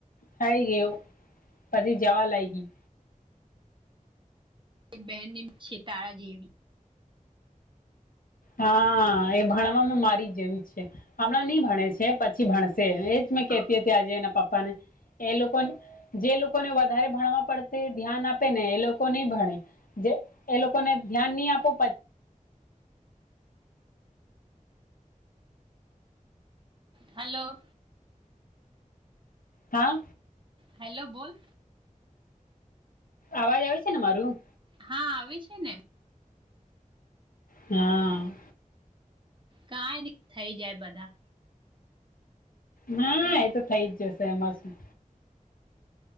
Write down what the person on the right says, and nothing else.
એક બહેન છેતારા જેવી.
હા
હલો.
હેલ્લો બોલ.
હા આવે છે ને.
કઈ ની થઈ જાય બધા.